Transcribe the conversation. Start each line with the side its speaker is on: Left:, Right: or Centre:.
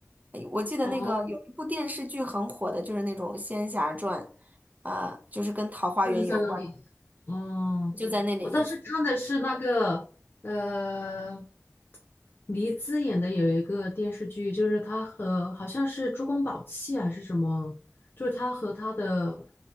Right: 哎我记得那个有一部电视剧很火的，
Left: 哦，
Right: 就是那种《仙侠传》，啊，就是跟桃花源有关，
Left: 就是在那里。哦，
Right: 就在那里。
Left: 我当时看的是那个呃，黎姿演的有一个电视剧，就是她和好像是珠光宝气还是什么，就是她和她的